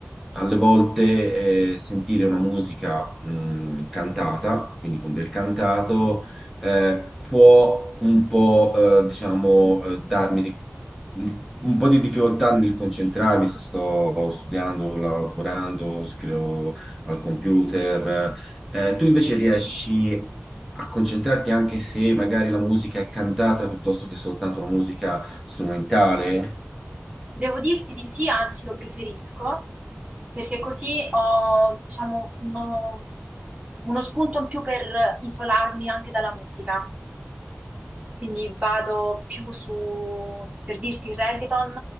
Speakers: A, in the centre; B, on the right (about 30°).
A: alle volte eh, sentire una musica mh, cantata, quindi con del cantato, eh, può un po', eh, diciamo, eh, darmi di- un, un po' di difficoltà nel concentrarmi se sto studiando, lavorando, scrivo al computer. Eh, tu invece riesci a concentrarti anche se magari la musica è cantata piuttosto che soltanto una musica strumentale?
B: Devo dirti di sì, anzi lo preferisco, perché così ho, diciamo, uno, uno spunto in più per isolarmi anche dalla musica. Quindi vado più su, per dirti, il reggaeton,